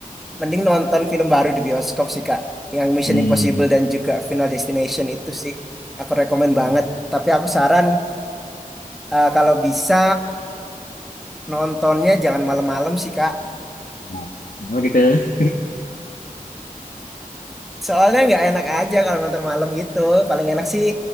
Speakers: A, in the centre; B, on the left.
A: mending nonton film baru di bioskop sih kak yang Mission
B: Hmm.
A: Impossible dan juga Final Destination itu sih aku rekomen
B: Hmm.
A: banget tapi aku saran eh, kalau bisa nontonnya jangan malam-malam sih kak
B: Nah, kenapa gitu? <laughs>
A: Soalnya nggak enak aja kalau nonton malam gitu. Paling enak sih